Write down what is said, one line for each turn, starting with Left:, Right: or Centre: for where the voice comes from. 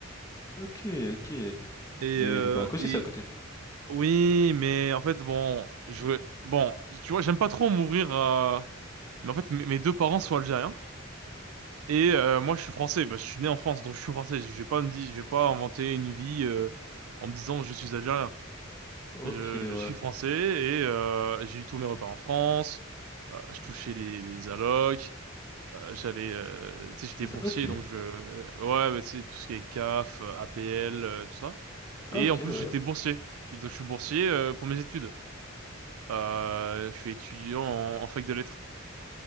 Left: Ok, ok.
Right: Et,
Left: Mais
Right: euh,
Left: le Maroc aussi,
Right: et
Left: c'est à côté.
Right: oui, mais en fait, bon, je veux, bon, tu vois, j'aime pas trop m'ouvrir à. Mais en fait, mes mes deux parents sont algériens, et euh, moi je suis français, bah, je suis né en France, donc je suis français, je vais pas me dire, je vais pas inventer une vie euh, en me disant je suis algérien.
Left: Ok,
Right: Je,
Left: ouais.
Right: je suis français et euh, j'ai eu tous mes repas en France. Euh, je touchais les, les allocs. euh, j'allais, euh, tu sais, j'étais
Left: Les
Right: boursier,
Left: allocs?
Right: donc je, euh, ouais, bah, tu sais, tout ce qui est CAF, euh, APL, euh, tout ça.
Left: Ah,
Right: Et
Left: ok,
Right: en plus,
Left: ouais.
Right: j'étais boursier. Donc, je suis boursier euh, pour mes études. Euh, je suis étudiant en, en fac de lettres.